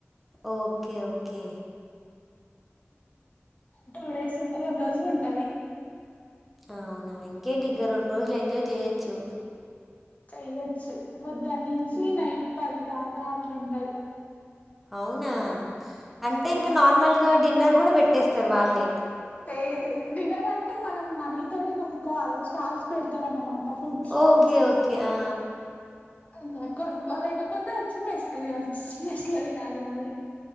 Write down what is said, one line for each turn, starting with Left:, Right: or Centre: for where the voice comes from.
Centre: ఓకే ఓకే
Left: టూ డేస్ ఉన్నదోది రెండు రోజులు ఉంటది
Centre: అవునా ఇంకేంటి ఇగ రెండు రోజులు ఎంజాయ్ చేయొచ్చు
Left: చెయొచ్చు పొద్దన నుంచి
Centre: హ్మ్.
Left: నైట్ పది దాకా అట్లుంటయి
Centre: అవునా అంటే ఇంక
Left: ఆ
Centre: నార్మల్ గడ్ డిన్నర్ కూడా పెట్టేస్తారు వాళ్ళే
Left: తెయిదు డిన్నర్ అంటే మనం మనీ తోటి కొనుక్కోవాలి స్టాల్స్ పెడు తారనమాట ఫూడ్ Stalls
Centre: ఓకే. okay. ఆ!
Left: అంగ కొనుక్కోలేకపోతే వచ్చి మెస్కు తినచ్చు మెస్ లో తినాలి మళ్ళీ